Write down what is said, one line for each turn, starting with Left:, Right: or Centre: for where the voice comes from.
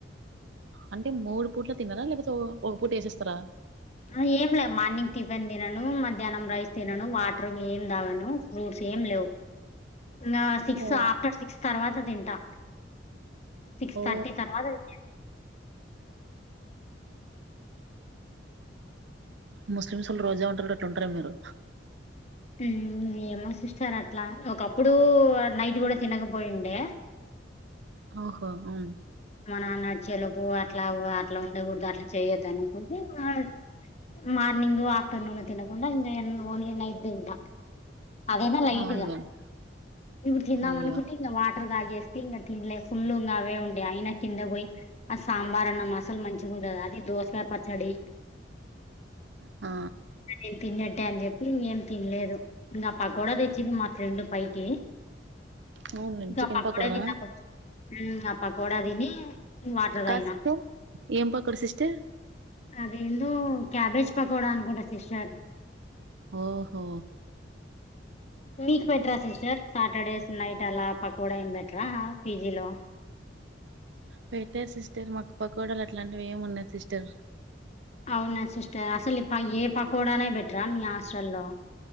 Right: అంటే మూడు పూట్ల తిన్నారా లేపోతే ఒ ఒక పూట ఎసేస్తారా
Left: ఆ ఏం లే మార్నింగ్ టిఫిన్ దినను మధ్యాహ్నం రైస్ తినను వాటర్ ఏం దాగను ఫ్రూట్స్ ఏం లేవ్ నాస్ సిక్స్
Right: ఓ
Left: ఆఫ్టర్ సిక్స్ తర్వాత దింటా సిక్స్
Right: ఓ
Left: థర్టీ తర్వాత <inaudible>
Right: ముస్లిమ్స్ ఒళ్ళు రోజా ఉంటరు జుడు అట్లుంటారేమో మీరు
Left: ఉం ఏమో సిస్టర్ అట్లా ఒకప్పుడు నైట్ గూడా తినకపోయుండే
Right: ఓహో ఉం
Left: మా నాన్న అచ్చేలోపు అట్లా ఉ అట్లా ఉండగూడుదు అట్లా చేయోద్ <unintelligible> మార్నింగు ఆఫ్టర్నూను తినకుండా ఇంగా యన్ ఒన్లీ నైట్ దింటా అదేనా లైటుగా
Right: అవునులేండి
Left: ఇప్పుడు తిందామన్కుంటే
Right: అయ్యో
Left: ఇంగా వాటర్ దాగేస్ పింగ తిన్లే ఫుల్లుంగ అవే ఉండే అయినా కింద బోయ్ ఆ సాంబార్ అన్నం అసల్ మంచిగుండద్ అది దోస్కాయ్ పచ్చడి.
Right: ఆ
Left: పటేల్ తిన్నట్టే అన్ జేప్పి ఏం తిన్లేదు న్న పకోడా దెచ్చింది మా ఫ్రెండు పైకి
Right: అవునులేండి
Left: గ
Right: చికెన్
Left: పకోడా
Right: పకోడానా
Left: దిన్న కొంచం ఉం ఆ పకోడ దిని వాటర్ దాగిన
Right: కాదు సిస్టర్ ఏం పకోడ సిస్టర్
Left: అదేందో క్యాబేజ్ పకోడా అనుకుంటా సిస్టర్
Right: ఓహో
Left: మీక్ పెట్రా సిస్టర్ సాటర్డేస్ నైట్ అలా పకోడా ఏం పెట్రా పీజీలో
Right: పెట్టర్ సిస్టర్ మాక్ పకోడాల్ అట్లాంటివి ఏం ఉండద్ సిస్టర్
Left: అవునా సిస్టర్ అసల్ ఈ ప ఏ పకోడానే బెట్రా మీ హాస్టల్లో